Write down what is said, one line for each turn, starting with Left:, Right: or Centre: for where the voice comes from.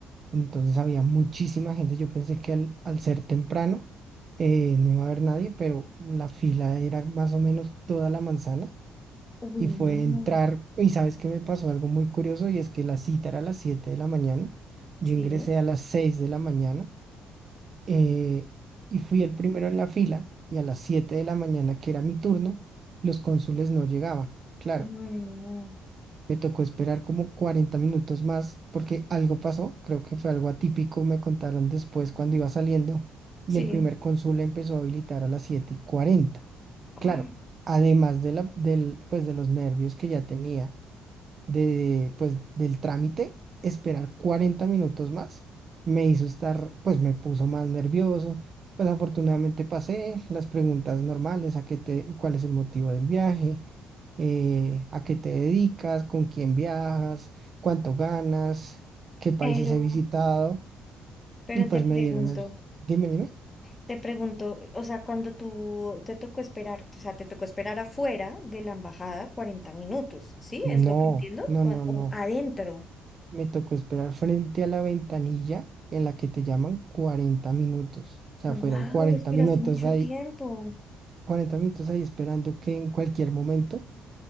Right: entonces había muchísima gente. Yo pensé que al, al ser temprano eh, no iba a haber nadie, pero la fila era más o menos toda la manzana
Left: Uy,
Right: y
Left: no.
Right: fue
Left: no.
Right: entrar. Y sabes que me pasó algo muy curioso y es que la cita era a las 7 de la mañana. Yo
Left: Sí.
Right: ingresé a las seis de la mañana eh, y fui el primero en la fila y a las 7 de la mañana, que era mi turno, los cónsules no llegaban. Claro,
Left: Uy, no.
Right: me tocó esperar como 40 minutos más porque algo pasó, creo que fue algo atípico, me contaron después cuando iba saliendo
Left: Sí.
Right: y el primer cónsul empezó a habilitar a las siete y cuarenta
Left: Ah,
Right: Claro, además de la, del, pues de los nervios que ya tenía de, pues, del trámite, esperar 40 minutos más, me hizo estar, pues me puso más nervioso. Pues afortunadamente pasé las preguntas normales, a qué te, cuál es el motivo del viaje, eh, a qué te dedicas, con quién viajas, cuánto ganas, qué países
Left: Pero,
Right: he visitado,
Left: pero
Right: y pues
Left: te pregunto.
Right: me dieron el, dime, dime.
Left: Te pregunto, o sea, cuando tú te tocó esperar, o sea, te tocó esperar afuera de la embajada 40 minutos, ¿sí? ¿Es lo
Right: No,
Left: que entiendo?
Right: no,
Left: Cua-
Right: no,
Left: O
Right: no.
Left: adentro.
Right: Me tocó esperar frente a la ventanilla en la que te llaman 40 minutos. O sea,
Left: Wow,
Right: fueron 40
Left: esperaste
Right: minutos
Left: mucho
Right: ahí,
Left: tiempo.
Right: 40 minutos ahí esperando que en cualquier momento